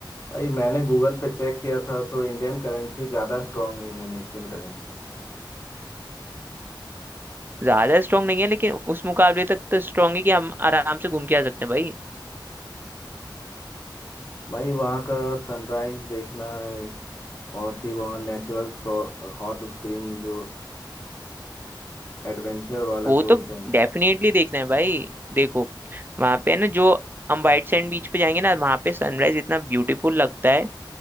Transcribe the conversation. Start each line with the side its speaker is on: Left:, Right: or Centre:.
Left: भाई मैंने गूगल पे चेक किया था तो इंडियन करेंसी ज़्यादा स्ट्रांग है इंडोनेशियन करेंसी से
Right: ज्यादा स्ट्रांग नहीं है लेकिन उस मुकाबले तक तो स्ट्रांग है कि हम आराम से घूम के आ सकते हैं भाई
Left: भाई वहाँ का सनराइज देखना है और भी वहाँ नेचुरल हॉट स्प्रिंग जो एडवेंचर वाला
Right: वो
Left: जो
Right: तो
Left: सीन
Right: डेफिनेटली देखना है भाई देखो वहां पे है ना जो हम व्हाइट सैंड बीच पे जाएंगे ना वहां पे सनराइज इतना ब्यूटीफुल लगता है